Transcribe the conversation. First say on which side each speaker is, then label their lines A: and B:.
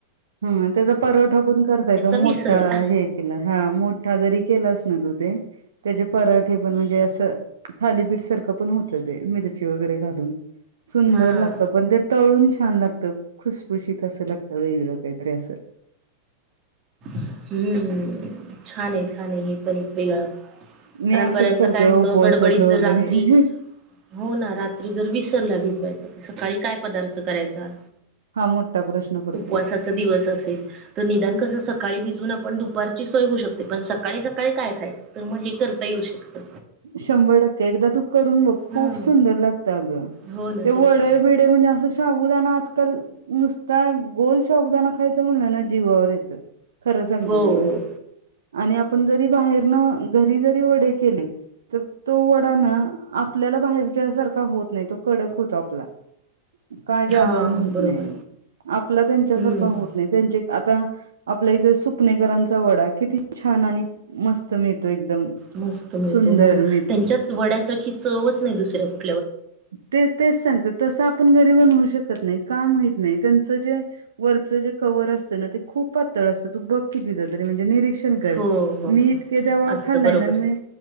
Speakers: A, on the right (about 65°); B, on the right (about 35°).
A: हा त्याचा पारोठा पण करता येतो मोठा
B: विसरला
A: हे केला हां मोठा. जरी केलास ना तू ते त्याचे पराठे पण म्हणजे अस थालीपीठ सारखं पण होतं ते मिरची वगैरे घालून. सुंदर
B: हा.
A: लागतं पण ते तळून छा छान लागतं खुशखुशीत असं लागतं वेगळं कायतरी असं
B: हम्म छान आहे छान आहे हे पण एक वेगळं
A: मी
B: कारण
A: असंच
B: बऱ्याचदा
A: करते
B: काय होतं
A: उपवासाचं
B: गडबडीत जर
A: वगैरे
B: रात्री हो ना रात्री जर विसरला विस सकाळी काय पदार्थ करायचा
A: हा मोठा प्रश्न पडतो
B: उपवासाचा दिवस असेल तर निदान कस स ते भिजवून आपण दुपारची सोय होऊ शकते पण सकाळी सकाळी काय खायचं तर मग हे करता येऊ शकतं.
A: शंभर टक्के एकदा तू करून बघ
B: हा
A: खूप सुंदर लागतं अगं
B: हो ना
A: ते
B: तेच
A: वडे
B: की
A: बिडे म्हणजे असं शाबुदाणा आज काल नुसता गोल शाबुदाणा खायचं म्हणलं ना जीवावर येतं. खरं सांगते
B: हो
A: तुला.
B: हो
A: आणि आपण जरी बाहेरन घरी जरी वडे केले तर तो वडा ना आपल्याला बाहेरच्या सारखा होत नाही तो कडक होतो आपला. काय जादू
B: हा
A: आहे माहीत
B: बरोबर
A: नाहीये. आपला त्यांच्यासारखा
B: हम्म
A: होत नाही त्यांचे आता आपल्या इथे सुपनेकरांचा वडा किती छान आणि मस्त स्त मिळतो एकदम
B: मस्त मिळतो
A: सुंदर.
B: हो
A: मिळतो
B: त्यांच्यात वाड्यासाठी चवच नाही दुसऱ्या कुठे
A: तेच तेच सांगत तसं आपण घरी बनवू शकत नाही का माहीत नाही त्यांच जे वरचं जे कवर असत ना ते खूप पातळ असतं. तू बघ कितीदा तरी म्हणजे निरीक्षण कर
B: हो हो
A: <unintelligible>
B: असतं
A: खालाय
B: बरोबर
A: ना मी